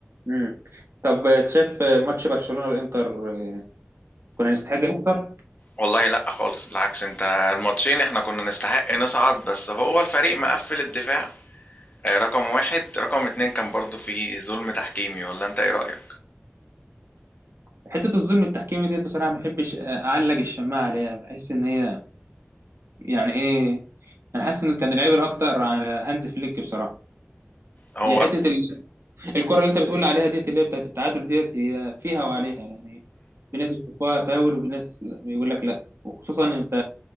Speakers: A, on the right; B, on the left.
A: امم طب شايف ماتش برشلونة والانتر اه، كنا نستحق نخسر
B: والله لا خالص بالعكس انت الماتشين احنا كنا نستحق نصعد بس هو الفريق مقفل الدفاع آه، رقم واحد رقم اتنين كان برضو في ظلم تحكيمي ولا انت ايه رأيك
A: حتة الظلم التحكيمي دي بصراحة ما بحبش آه، اعلق الشماعة عليها بحس ان هي يعني ايه انا حاسس ان كان العيب الاكتر على هانز فليك بصراحة
B: هو
A: هي حته ال- الكره اللي انت بتقول عليها ديت اللي هي بتاعت التعادل ديت هي فيها وعليها يعني في ناس بتشوفها فاول وفي ناس بيقول لك لا وخصوصا انت